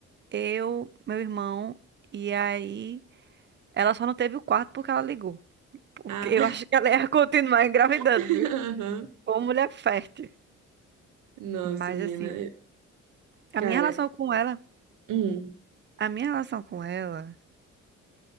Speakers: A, on the right; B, on the right.
A: eu, meu irmão, e aí ela só não teve o quarto porque ela ligou. Porque
B: Ah,
A: eu acho que ela ia continuar engravidando,
B: <laughs>
A: viu?
B: aham.
A: Ou mulher fértil.
B: Nossa,
A: Mas
B: menina.
A: assim,
B: é- Cara,
A: a minha relação com ela,
B: hum.
A: a minha relação com ela,